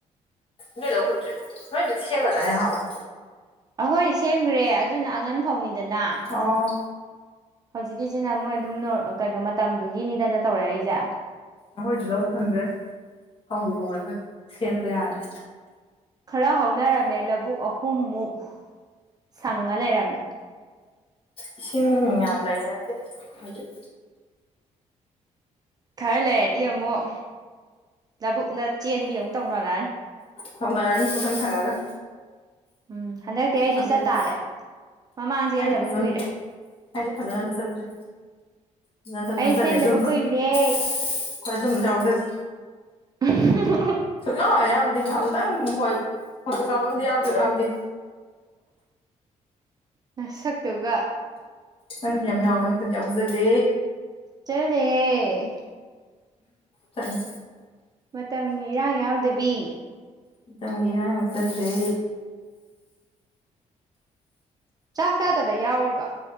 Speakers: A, on the left (about 45°); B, on the right (about 30°).
A: ꯅꯣꯏ ꯂꯧ ꯍꯨꯟꯗ꯭ꯔꯤꯕꯣ ꯅꯣꯏ ꯍꯧꯖꯤꯛ ꯁꯦꯝꯈ꯭ꯔꯗꯥꯏꯅꯦ ꯅꯍꯟꯋꯥꯏ?
B: ꯑꯍꯣꯏꯗꯤ ꯁꯦꯝꯈ꯭ꯔꯦ ꯑꯗꯨꯅ ꯑꯉꯟ ꯐꯧꯅꯤꯗꯅ
A: ꯑꯣ
B: ꯍꯧꯖꯤꯛꯀꯤꯁꯤꯅ ꯃꯣꯏ ꯑꯗꯨꯝ ꯅꯣꯔ ꯀꯩꯅꯣ ꯃꯇꯝꯗꯨꯒꯤꯅꯤꯗꯅ ꯇꯧꯔꯛꯏꯖꯦ
A: ꯑꯈꯣꯏꯁꯨ ꯂꯧ ꯍꯨꯟꯈ꯭ꯔꯦ ꯍꯧꯕꯨ ꯍꯧꯔꯦ ꯑꯈꯣꯏꯗꯤ ꯁꯦꯝꯕ ꯌꯥꯔꯦ
B: ꯈꯔꯥ ꯍꯧꯅꯔꯝꯃꯦ ꯂꯧꯕꯨꯛ ꯑꯍꯨꯝꯃꯨꯛ ꯁꯪꯉꯥ ꯂꯩꯔꯝꯃꯦ
A: ꯏꯁꯤꯡ ꯌꯥꯝ ꯂꯩꯅꯗꯦ ꯈꯣꯏꯖꯤꯛ
B: ꯈꯔ ꯂꯩꯔꯗꯤ ꯑꯃꯨꯛ ꯂꯥꯕꯨꯛꯎꯨꯡꯗꯥ ꯆꯦꯟꯕꯤꯒ ꯑꯃꯨꯛ ꯇꯧꯅꯔꯛꯑꯅꯤ
A: ꯇꯧꯅꯔꯛꯑꯅꯤ ꯄꯨꯡꯁꯪ ꯁꯪꯉꯥꯒꯥ
B: ꯎꯝ ꯍꯟꯗꯛꯇꯤ ꯑꯩꯁꯨ
A: ꯑꯗꯨꯒꯤ
B: ꯆꯠꯇꯥꯥꯔꯦ ꯃꯃꯥꯡ ꯆꯦꯟꯗꯕ
A: ꯑꯩꯗꯤ ꯐꯖꯅ
B: ꯀꯨꯏꯔꯦ
A: ꯑꯩꯗꯤ ꯐꯖꯟꯅ ꯑꯝꯇꯥ ꯆꯠꯇ꯭ꯔꯤ ꯐꯖꯅ ꯆꯠꯅ
B: ꯑꯩ
A: ꯆꯠꯇꯦ
B: ꯆꯦꯟꯗꯕ
A: ꯑꯗꯨꯝꯕ
B: ꯀꯨꯏꯔꯦ
A: ꯑꯈꯣꯏ ꯑꯗꯨꯝ ꯑꯝꯇꯥ ꯌꯥꯎꯖꯗꯦ
B: <unintelligible>
A: ꯁꯨꯛꯌꯥꯎꯍꯦ ꯌꯥꯎꯗꯦ ꯑꯃꯨꯛꯇꯪ ꯍꯣꯏ ꯐꯣꯇꯣ ꯀꯥꯞꯄ ꯑꯝꯗꯤ ꯌꯥꯎꯈꯤꯕ꯭ꯔ ꯈꯪꯗꯦ
B: ꯅꯥꯁꯛꯇꯨꯒ
A: ꯅꯪꯗꯤ ꯌꯝ ꯌꯥꯎꯕꯅꯦ ꯑꯈꯣꯏꯗꯤ ꯌꯥꯎꯖꯗꯦ
B: ꯆ꯭ꯔꯔꯥꯅꯦꯍꯦ
A: ꯆꯠꯅꯤ
B: ꯃꯇꯝꯒꯤ ꯏꯔꯥꯡ ꯌꯥꯎꯗꯕꯤ
A: ꯃꯇꯝꯒꯤ ꯏꯔꯥꯡ ꯌꯥꯎꯖꯗ꯭ꯔꯦ
B: ꯆꯥꯛ ꯆꯥꯗꯕ ꯌꯥꯎꯔꯤꯕꯣ?